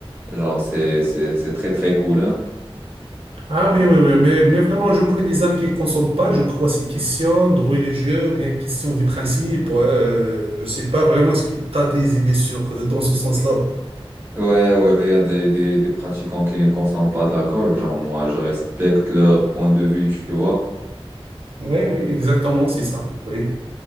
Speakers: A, on the right; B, on the right.
A: Genre, c'est, c'est, c'est très, très cool, hein.
B: Ah oui, oui, oui, mais, mais vraiment, je connais des amis qui ne consomment pas. Je crois c'est question de religieux ou bien question des principes. ouais, euh, je ne sais pas vraiment ce qui t'a tes idées sur, euh, dans ce sens-là. ou pas.
A: Ouais, ouais, il y a des, des, des pratiquants qui ne consomment pas de l'alcool. Genre, moi, je respecte leur point de vue, tu vois.
B: Oui, oui, exactement, c'est ça. Oui,